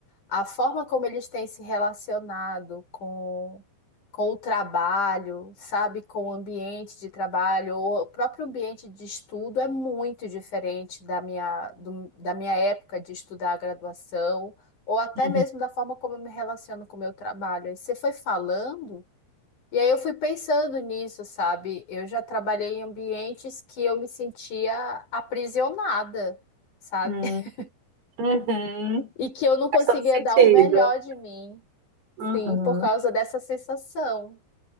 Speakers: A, on the left (about 50°); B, on the right (about 70°).
A: a forma como eles têm se relacionado com, com o trabalho, sabe, com o ambiente de trabalho, ou o próprio ambiente de estudo é muito diferente da minha, do- da minha época de estudar a graduação, ou até
B: Uhum.
A: mesmo da forma como eu me relaciono com o meu trabalho. Aí você foi falando. E aí eu fui pensando nisso, sabe? Eu já trabalhei em ambientes que eu me sentia aprisionada, sabe?
B: Uhum.
A: <laughs>
B: Uhum.
A: E que eu não conseguia
B: Faz todo sentido.
A: dar o melhor de mim,
B: Uhum,
A: sim, por causa dessa sensação.